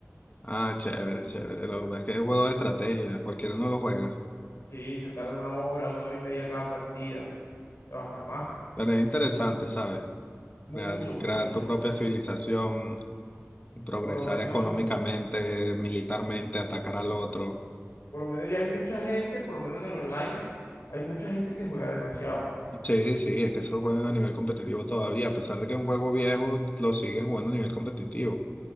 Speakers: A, on the left; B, on the left.
A: Ah, chévere, chévere. Lo que pasa es que es juego de estrategia, cualquiera no lo juega.
B: Sí, se tarda una hora, una hora y media cada partida. o Hasta más.
A: Pero es interesante, ¿sabes?
B: Mucho,
A: Crear,
B: mucho.
A: crear tu propia civilización, progresar
B: Por lo menos.
A: económicamente, militarmente, atacar al otro.
B: Por lo menos ya hay mucha gente, por lo menos en el online, hay mucha gente que juega demasiado.
A: Sí, sí, es que esos juegan a nivel competitivo todavía, a pesar de que es un juego viejo, lo siguen jugando a nivel competitivo.